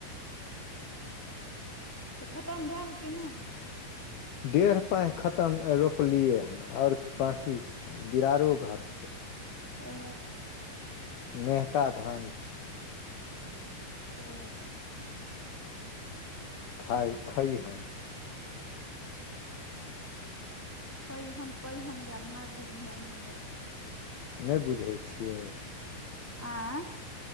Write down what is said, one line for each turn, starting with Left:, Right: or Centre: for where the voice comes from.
Centre: तऽ खतम भैल कि नै।
Left: डेढ़ पाई खतम रोपलियै हँ ओर बाँकी छै बिरारो घटतै
Centre: ओ।
Left: मेहका धान छी।
Centre: ओ।
Left: खाय खइह
Centre: क <unintelligible> खैहन पैहेन या नहि बुझिहनि हमे
Left: नहि बुझै छियै।
Centre: आय